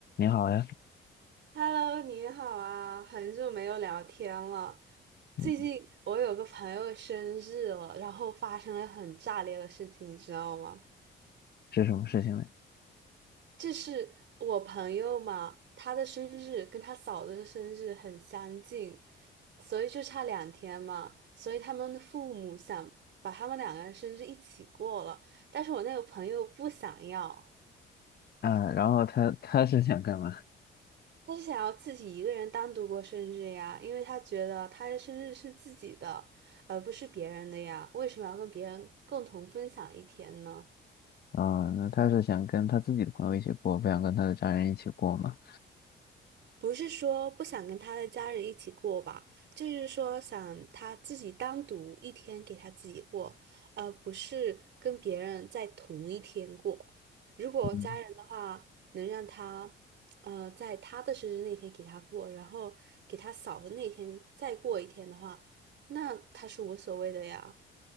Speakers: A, on the left; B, on the right.
A: 你好呀，
B: Hello，你好啊，很久没有聊天了。最近我有个朋友生日了，
A: 嗯
B: 然后发生了很炸裂的事情，你知道吗？
A: 是什么事情呢？
B: 就是我朋友嘛，他的生日跟他嫂子的生日很相近，所以就差两天嘛，所以他们的父母想把他们两个人生日一起过了，但是我那个朋友不想要。
A: 啊，然后他他是想干嘛？
B: 他是想要自己一个人单独过生日呀，因为他觉得他的生日是自己的，而不是别人的呀，为什么要跟别人共同分享一天呢？
A: 啊，那他是想跟他自己的朋友一起过，不想跟他的家人一起过吗？
B: 不是说不想跟他的家人一起过吧，就是说想他自己单独一天给他自己过，而不是跟别人在同一天过。如果家人的话，
A: 嗯，
B: 能让他，呃，在他的生日那天给他过，然后给他嫂的那天再过一天的话，那他是无所谓的呀。